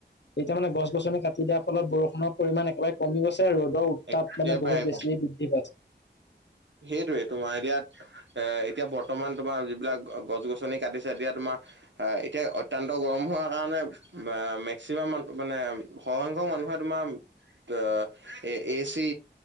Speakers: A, on the left; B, on the right.
A: এতিয়া মানে গছ গছনি কাটি দিয়াৰ ফলত বৰষুণ পৰিমাণ একেবাৰে কমি গৈছে ৰ'দ। তাপ
B: একেবাৰে
A: মানে বহুত বেছিয়ে বৃদ্ধি পাইছে।
B: সেইটোৱে তোমাৰ আইডিয়াত এ এতিয়া বৰ্তমান তোমাৰ যিবিলাক গছ গছনি কাটিছে, এতিয়া তোমাৰ এ এতিয়া অত্যান্ত গৰম হোৱাৰ কাৰণে বা মেক্সিমাম মানে সৰসংখ্যক মানুহে তোমাৰ <unintelligible> এ এ চি,